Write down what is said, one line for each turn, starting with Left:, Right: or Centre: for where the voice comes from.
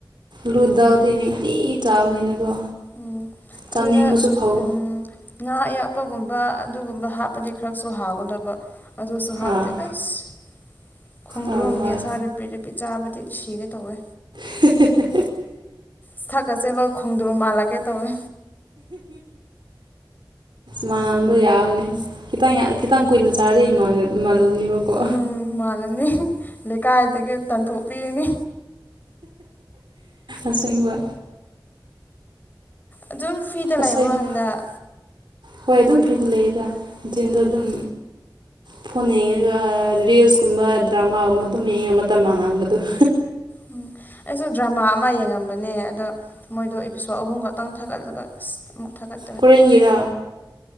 Right: ꯂꯨꯗꯥꯜꯗꯤ ꯅꯤꯡꯇꯤꯒꯤ ꯆꯥꯕꯅꯤꯅꯀꯣ
Left: ꯎꯝ
Right: ꯆꯥꯅꯤꯡꯕꯁꯨ
Left: ꯑꯗꯨꯗꯥ
Right: ꯐꯥꯎ
Left: ꯎꯝ ꯉꯥ ꯑꯌꯥꯛꯄꯒꯨꯝꯕ ꯑꯗꯨꯒꯨꯝꯕ ꯍꯥꯞꯄꯗꯤ ꯈꯔꯁꯨ ꯍꯥꯎꯒꯗꯥꯕ ꯑꯗꯨꯁꯨ ꯍꯥꯞꯇꯦ
Right: ꯑꯥ
Left: ꯑꯁ ꯈꯣꯡꯗ꯭ꯔꯣꯝꯒꯦ
Right: ꯑꯥ ꯍꯣꯏ
Left: ꯑꯁꯥꯔꯤ ꯔꯦꯄꯤꯠ ꯔꯦꯄꯤꯠ ꯆꯥꯕꯗꯤ ꯁꯤꯒꯦ ꯇꯧꯋꯦ
Right: <unintelligible>
Left: ꯁꯥꯛꯀꯁꯦ ꯂꯣꯏ ꯈꯣꯡꯗ꯭ꯔꫭꯝ ꯃꯥꯜꯂꯛꯀꯦ ꯇꯧꯋꯤ
Right: ꯃꯥꯜꯂꯝꯕ ꯌꯥꯕꯅꯦ ꯈꯤꯇꯪ ꯌꯥꯝ ꯈꯤꯇꯪ ꯀꯨꯏꯅ ꯆꯥꯔ ꯃꯥꯜ ꯃꯥꯜꯂꯅꯦꯕꯀꯣ
Left: ꯎꯝ ꯃꯥꯜꯂꯅꯤ ꯂꯩꯀꯥꯏꯗꯒꯤ ꯇꯥꯟꯊꯣꯛꯄꯤꯔꯅꯤ
Right: ꯑꯁꯦꯡꯕ
Left: ꯑꯗꯨꯝ ꯐ꯭ꯤꯗ
Right: ꯑꯁ
Left: ꯂꯩꯕ꯭ꯔꯣ
Right: ꯑꯩꯗꯤ
Left: ꯍꯟꯗꯛ
Right: ꯍꯣꯏ ꯑꯗꯨꯝ ꯐ꯭ꯔꯤꯗ ꯂꯩꯌꯦꯗ ꯅꯨꯡꯊꯤꯟꯗꯣ
Left: ꯎꯝ
Right: ꯑꯗꯨꯝ ꯐꯣꯟ ꯌꯦꯡꯉꯒ ꯔꯤꯜꯁꯀꯨꯝꯕ ꯗ꯭ꯔꯃꯥꯒꯨꯝꯕ ꯑꯗꯨꯝ ꯌꯦꯡꯉ ꯃꯇꯝ ꯃꯥꯡꯍꯥꯡꯕꯗꫭ
Left: ꯎꯝ ꯑꯩꯁꯨ ꯗ꯭ꯔꯃꯥ ꯑꯃ ꯌꯦꯡꯉꯝꯕꯅꯦ ꯑꯗꯣ ꯃꯣꯏꯗꯣ ꯏꯄꯤꯁ꯭ꯋꯥ ꯑꯍꯨꯝ ꯈꯛꯇꯪ ꯊꯥꯒꯠꯂꯒ ꯑꯃꯨꯛ ꯊꯥꯒꯠ
Right: ꯀꯣꯔꯦꯟꯒꯤꯔꯥ